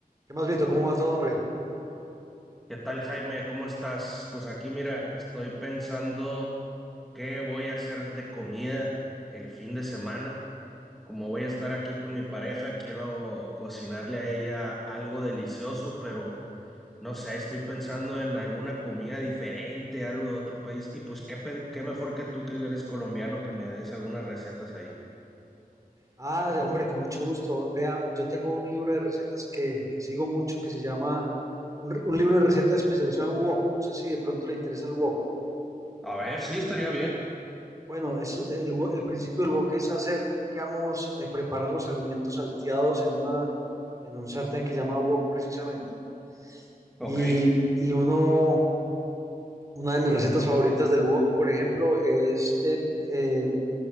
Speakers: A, on the right; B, in the centre.
A: ¿Qué más, Vito? ¿Cómo va todo, hombre?
B: ¿Qué tal, Jaime? ¿Cómo estás? Pues aquí, mira, estoy pensando qué voy a hacer de comida el fin de semana. Como voy a estar aquí con mi pareja, quiero cocinarle a ella algo delicioso, pero no sé, estoy pensando en alguna comida diferente, algo de otro país. Y pues, qué, pen- qué mejor que tú, que eres colombiano, que me des algunas recetas ahí.
A: Ah, hombre, con mucho gusto. Vea, yo tengo un libro de recetas que, que sigo mucho que se llama un, re- un libro de recetas especializado en wok. No sé si de pronto le interesa el wok.
B: A ver, sí, estaría bien.
A: Bueno, es, eh, el, wo- el principio del wok es hacer, digamos, eh, preparar los alimentos salteados en una, en un sartén que se llama wok precisamente.
B: Ok.
A: Y, y uno, una de mis recetas favoritas del wok, por ejemplo, es el, eh,